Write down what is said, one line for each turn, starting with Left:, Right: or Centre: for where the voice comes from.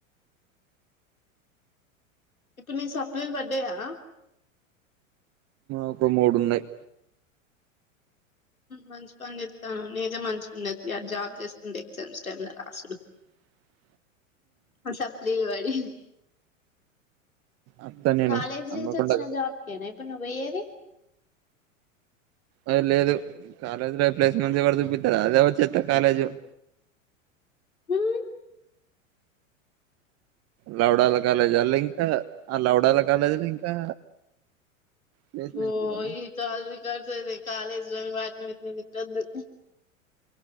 Left: ఇప్పుడు మీ సప్లీలు పడ్డాయా
Right: ఒక మూడు ఉన్నాయి
Left: మంచి పని చేస్తానవ్ నీదే మంచిగున్నతి జాబ్ చేసుకుంటే ఎగ్జామ్స్ టైమ్ లో రాసుడు
Right: <inaudible>
Left: ఆ సప్లీలు పడి
Right: అత్తనేను
Left: కాలేజ్
Right: హన్మకొండకు
Left: నుంచి వచ్చిన జాబ్ కేనా ఇప్పుడు నువ్వు పోయేది
Right: అది లేదు కాలేజీ లో ప్లేస్మె ఎవరు చూపితారు అదే చెత్త కాలేజ్ <inaudible>
Left: మ్మ్.
Right: లవడాల కాలేజ్ అల్లా ఇంకా ఆ లవడాల కాలేజీలు ఇంకా ప్లేస్మెంట్స్
Left: ఓయ్
Right: కుదన్నా
Left: కాల్ రికార్డ్స్ అయితయి కాలేజీలు వాటిని వీటిని తిట్టొద్దు